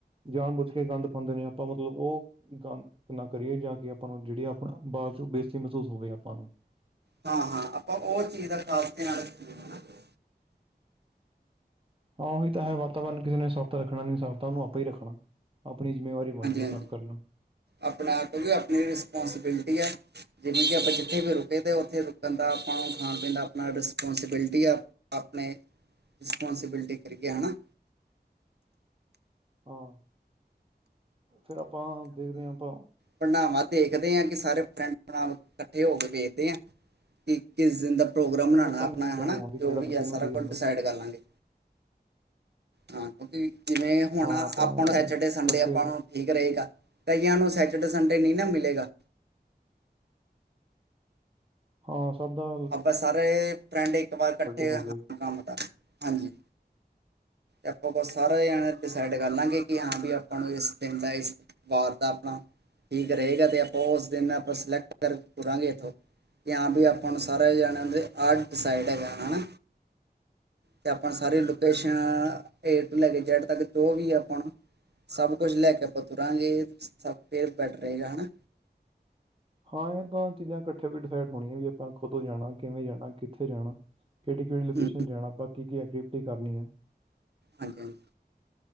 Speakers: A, on the right (about 30°); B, on the right (about 70°).
A: ਜਾਣ ਬੁੱਝ ਕੇ ਗੰਦ ਪਾਉਂਦੇ ਨੇ, ਆਪਾਂ ਮਤਲਬ ਓ ਗੰਦ ਨਾ ਕਰੀਏ ਜਾਂ ਕਿ ਆਪਾਂ ਨੂੰ ਜੇੜੀ ਆਪਾ ਨੂੰ ਬਾਦ ਚੋ ਬੇਜਤੀ ਮਹਿਸੂਸ ਹੋਵੇ ਆਪਾਂ ਨੂੰ।
B: ਹਾਂ-ਹਾਂ, ਆਪਾਂ ਓ ਚੀਜ਼ ਦਾ ਖ਼ਾਸ ਧਿਆਨ ਰੱਖੀਏ। ਹਨਾ ਹਾਂਜੀ
A: ਹਾਂ ਉਹੀ ਤਾਂ ਹੈ ਵਾਤਾਵਰਨ ਕਿਸੇ ਨੇ ਸਫ਼ਤਾ ਰੱਖਣਾ ਨੀ ਸਾਫ਼ ਤਾਂ ਉਹਨੂੰ ਆਪੇ ਹੀ ਰੱਖਣਾ ਆਪਣੀ ਜਿੰਮੇਵਾਰੀ ਬਣਦੀ ਐ
B: ਹਾਂਜੀ
A: ਸਾਫ਼ ਕਰਨਾ
B: ਆਪਣਾ ਕਹਿੰਦੇ ਆਪਣੀ ਰਿਸਪੋਂਸੀਬਿਲਟੀ ਹੈ ਜਿਵੇਂ ਕਿ ਉੱਥੇ ਵੀ ਰੁਕੇ ਤਾਂ ਉੱਥੇ ਰੁਕਣ ਦਾ ਆਪਾਂ ਨੂੰ ਖਾਣ ਪੀਣ ਆਪਣਾ ਰਿਸਪੋਂਸੀਬਿਲਿਟੀ ਆ ਆਪਣੇ ਰਿਸਪੋਂਸੀਬਿਲਟੀ ਕਰਕੇ ਹਨਾ।
A: ਹਾਂ ਫਿਰ ਆਪਾਂ ਦੇਖਦੇ ਹਾਂ ਆਪਾਂ
B: ਭੰਡਨਾਵਾਂ ਦੇਖਦੇ ਹਾਂ ਕਿ ਸਾਰੇ ਫਰੈਂਡ ਭਰਾ ਇਕੱਠੇ ਹੋ ਕੇ ਵੇਖਦੇ ਆ ਇੱਕੀ ਕਿਸ ਦਿਨ ਦਾ ਪ੍ਰੋਗਰਾਮ ਬਣਾਉਣਾ
A: ਉਸ ਟਾਈਮ
B: ਆਪਣਾ
A: ਕੀ ਡੈਡ
B: ਹੈਨਾ
A: ਹੋਣ ਦੀ ਕਿਹੜਾ
B: ਜੋ ਵੀ ਹੈ
A: ਕਿਹਨੂੰ
B: ਸਾਰਾ
A: ਸਹੀ ਹੁੰਦਾ
B: ਕੁਛ ਡਿਸਾਈਡ ਕਰ ਲਾਂਗੇ ਹਾਂ ਕਿਉਂਕਿ ਜਿਵੇਂ ਹੁਣ
A: ਹਾਂ
B: ਆਪਾਂ
A: ਨੂੰ
B: ਐਚ
A: ਇਕੱਠੇ
B: ਸੰਡੇ ਆਪਾਂ ਨੂੰ ਠੀਕ ਰਹੇਗਾ ਕਈਆਂ ਨੂੰ ਸੈਟਰਡੇ ਸੰਡੇ ਨਹੀਂ ਨਾ ਮਿਲੇਗਾ
A: ਹਾਂ ਸੱਦਾ
B: ਆਪਾਂ ਸਾਰੇ ਫਰੈਂਡ ਇੱਕ ਵਾਰ ਇਕੱਠੇ
A: ਹੋ ਗਏ
B: ਕੰਮ ਤੱਕ ਹਾਂਜੀ ਆਪਾਂ ਬਸ ਸਾਰੇ ਜਾਣੇ ਡਿਸਾਈਡ ਕਰ ਲਾਂਗੇ ਕਿ ਹਾਂ ਵੀ ਆਪਾਂ ਨੂੰ ਇਸ ਦਿਨ ਦਾ ਇਸ ਵਾਰ ਦਾ ਆਪਣਾ ਠੀਕ ਰਹੇਗਾ ਤੇ ਆਪਾਂ ਉਸ ਦਿਨ ਆਪਾਂ ਸਿਲੈਕਟ ਕਰ ਤੁਰਾਂਗੇ ਇੱਥੋਂ ਜਾਂ ਵੀ ਆਪਾਂ ਨੂੰ ਸਾਰੇ ਜਾਣੇ ਆ ਡਿਸਾਈਡ ਹੈਗਾ ਨਾ। ਤੇ ਆਪਾਂ ਸਾਰੀ ਲੋਕੇਸ਼ਨ ਏ ਤੋਂ ਲੈ ਕੇ ਜੈਡ ਤੱਕ ਜੋ ਵੀ ਆਪਾਂ ਨੂੰ। ਸਭ ਕੁਝ ਲੈ ਕੇ ਆਪਾਂ ਤੁਰਾਂਗੇ ਫਿਰ ਬੈਟ ਰਹੇਗਾ ਹਨਾ।
A: ਹਾਂ ਇਹ ਤਾਂ ਚੀਜ਼ਾਂ ਇਕੱਠੇ ਵੀ ਡਿਸਾਈਡ ਹੋਣੀਆਂ ਵੀ ਆਪਾਂ ਕਦੋਂ ਜਾਣਾ ਕਿਵੇਂ ਜਾਣਾ ਕਿੱਥੇ ਜਾਣਾ। ਕਿਹੜੀ ਕਿਹੜੀ ਲੋਕੇਸ਼ਨ
B: ਹੂੰ
A: ਜਾਣਾ ਆਪਾਂ ਕੀ ਕੀ ਐਕਟੀਵਿਟੀ ਕਰਨੀ ਹੈ।
B: ਹਾਂਜੀ ਹਾਂਜੀ